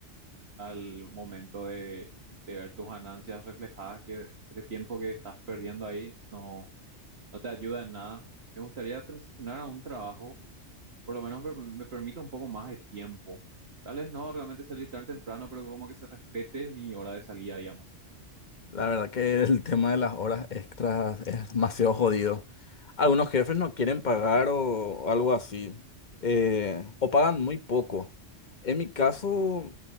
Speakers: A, on the right (about 60°); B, on the left (about 40°).
A: Al momento de, de ver tus ganancias reflejadas, que ese tiempo que estás perdiendo ahí no, no te ayuda en nada. Me gustaría transicionar a un trabajo, por lo menos me, me permita un poco más de tiempo. Tal vez no realmente salir tan temprano, pero como que se respete mi hora de salida, digamos.
B: La verdad que el tema de las horas extras es demasiado jodido. Algunos jefes no quieren pagar o algo así, eh, o pagan muy poco. En mi caso,